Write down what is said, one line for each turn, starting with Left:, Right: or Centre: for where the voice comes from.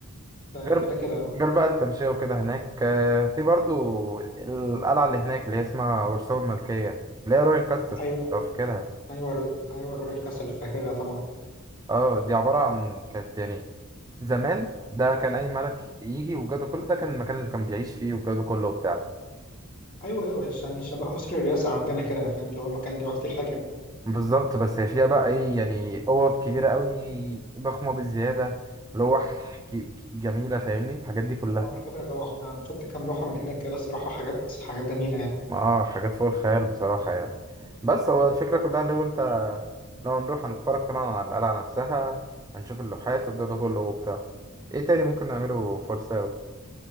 Left: ده
Right: غير
Left: كده كده
Right: غير بقى التمشيه وكده هناك آه، في برضو القلعه اللي هناك اللي هي اسمها ورسوم الملكيه اللي هي رويال كاستر
Left: ايوه
Right: لو
Left: ايوه
Right: فاكرها
Left: ايوه ال- ايوه الرويال كاسل فاكرها طبعا
Right: اه دي عباره عن كانت يعني زمان ده كان اي ملك يجي والجو ده كله ده كان المكان اللي كان بيعيش فيه والجو ده كله وبتاع
Left: ايوه ايوه يعني شبه قصر الرئاسه عندنا كده فاهم اللي هو المكان اللي يقعد فيه الحاكم
Right: بالظبط بس هي فيها بقى ايه يعني اوض كبيره قوي ضخمه بزياده لوح ك- ك- جميله فاهمني الحاجات دي كلها
Left: اه انا فاكر اللوحة انا شفت كام لوحة من هناك كده الصراحة حاجات حاجات جميلة يعني
Right: اه حاجات فوق الخيال بصراحة يعني بس هو الفكرة كلها لو انت لو هنروح هنتفرج طبعا على القلعة نفسها هنشوف اللوحات والجو ده كله وبتاع ايه تاني ممكن نعمله فرساو